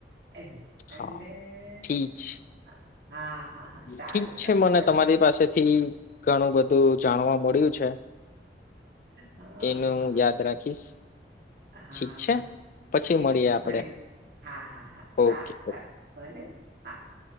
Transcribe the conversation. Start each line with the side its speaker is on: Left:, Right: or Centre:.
Right: એમ એટલે
Left: હા ઠીક છે
Right: હા હા હા સારું
Left: ઠીક છે
Right: સારું
Left: મને
Right: પછી
Left: તમારી પાસેથી ઘણું બધું જાણવા મળ્યું છે
Right: હા
Left: એનું
Right: હા હા
Left: યાદ રાખીશ
Right: હા
Left: ઠીક છે
Right: હા
Left: પછી
Right: ઠીક
Left: મળીએ
Right: છે
Left: આપડે
Right: ફરી હા હા હા સારું
Left: ઓકે
Right: સારુંલે હા હા